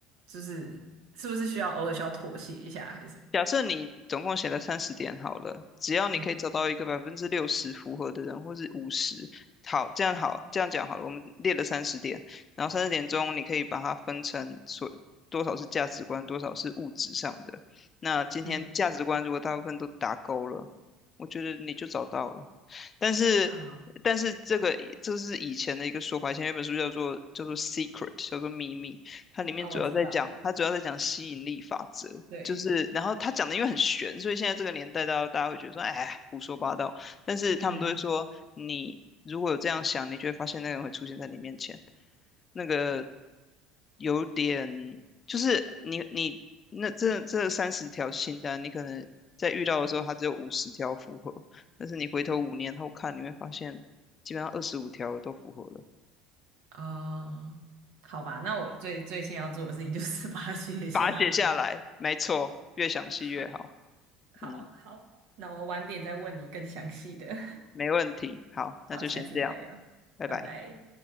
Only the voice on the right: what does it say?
就是是不是需要偶尔需要妥协一下还是什么的？
嗯
嗯
啊
啊，我知道，
对。
嗯。
哦，好吧，那我最最先要做的事情就是把它写下来。
<laughs> 好，好，
好，那我晚点再问你更详细的。
<laughs>
好，下次再聊，
拜拜。